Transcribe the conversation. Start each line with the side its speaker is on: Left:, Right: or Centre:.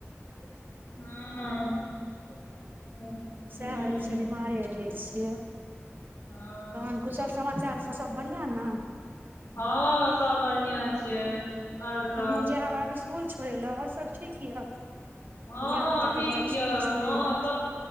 Left: हँ
Right: सएह
Left: हूँ
Right: होइ छै बीमारे रहै छियै
Left: हँ
Right: तहन कुशल समाचार सभ बढ़िआँ ने
Left: हँ सब बढ़िआँ छियै आओर सब
Right: हमहूँ जायब आब स्कुल छोड़य लए और सब ठीक यऽ
Left: हँ
Right: धिया पुता
Left: ठीक
Right: के जायब
Left: य
Right: स्कुल छोड़ै
Left: हँ
Right: लए
Left: स